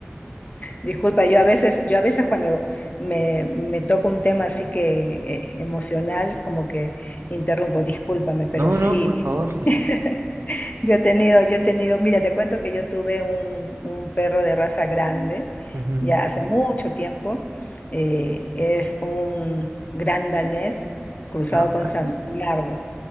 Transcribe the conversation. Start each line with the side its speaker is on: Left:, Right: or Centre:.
Left: Disculpa, yo a veces, yo a veces cuando me, me toca un tema así que eh, emocional, como que interrumpo, discúlpame, pero
Right: No,
Left: sí.
Right: no, por favor. <laughs>
Left: <laughs> Yo he tenido, yo he tenido, mira, te cuento que yo tuve un, un perro de raza grande
Right: Ujú.
Left: ya hace mucho tiempo. Eh, es un gran danés cruzado
Right: Ah,
Left: con San
Right: sí,
Left: Bernardo,